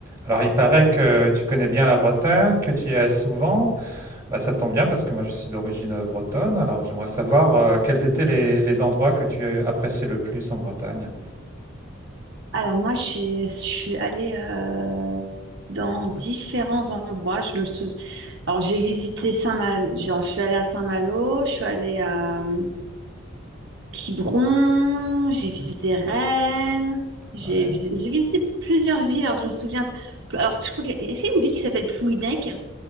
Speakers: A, on the right; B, on the right.
A: Alors, il paraît que tu connais bien la Bretagne, que tu y es souvent. Bah, ça tombe bien parce que moi, je suis d'origine bretonne. Alors, j'aimerais savoir euh, quels étaient les, les endroits que tu appréciais le plus en Bretagne.
B: Alors moi, j'ai- je suis allée euh, dans différents endroits. Je me souviens. Alors j'ai visité Saint-Malo. Genre, je suis allée à Saint-Malo, je suis allée à euh, Quiberon, j'ai
A: Mhm.
B: visité Rennes, j'ai
A: Ouais.
B: visi- j'ai visité plusieurs villes. Alors je me souviens. Alors je crois que est-ce qu'il y a une ville qui s'appelle Plouhinec?